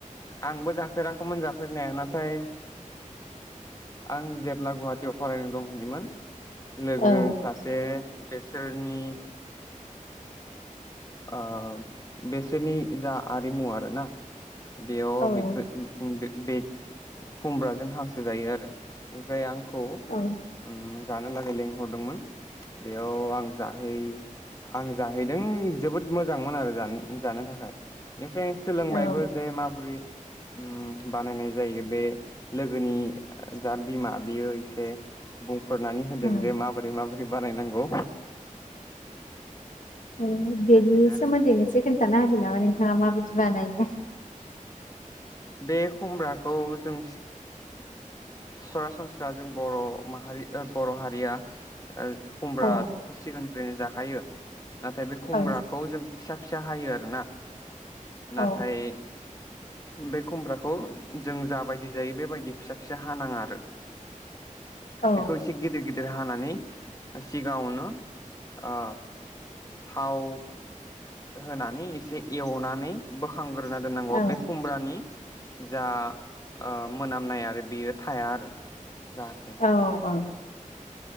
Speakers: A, on the left; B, on the left.
A: आंबो जाफेराखैमोन जाफेरनाया नाथाय आं जेब्ला गुवाहाटियाव फरायनो दंहैयोमोन लोगो
B: औ
A: सासे बेसोरनि ओ बेसोरनि जा आरिमु आरोना बेयाव
B: औ
A: बेखौ <unintelligible> बे खुमब्राजों हांसो जायो आरो ओमफ्राय आंखौ
B: औ
A: उम जानो लागै लेंंहरदोंमोन बेयाव आं जाहै आं जाहैदों जोबोद मोजांमोन आरो जानो थाखाय बेनिफ्राय सोलोंबायबो
B: औ
A: जे माबोरै ओम बानायनाय जायो बे लोगोनि जा बिमा बियो एसे बुंफोरनानै होदों
B: उम
A: जे माबोरै माबोरै बानायनांगौ
B: नों बेनि
A: बेखायनो आरो
B: सोमोन्दैनो एसे खोन्थानो हो नामा नों दा मा बायदि बानायो
A: बे खुमब्राखौ जों सरासनस्रा जों बर' माहारि बर' हारिया खुमब्राथ
B: औ
A: सिगांनिफ्रायनो जाखायो नाथाय बे खुमब्राखौ
B: औ
A: जों फिसा फिसा हायो आरोना नाथाय
B: औ
A: बे खमब्राखौ जों जाबायदि जायो बेबायदि फिसा फिसा हानाङा आरो
B: औ
A: बेखौ एसे गिदिर गिदिर देरहानानै सिगाङावनो ओ थाव होनानै एसे एवनानै बोखांग्रोना दोननांगौ
B: औ
A: बे खुमब्रानि जा ओ मोनामनाय आरो बेयो थाया आरो जाहाथे
B: औ <inaudible>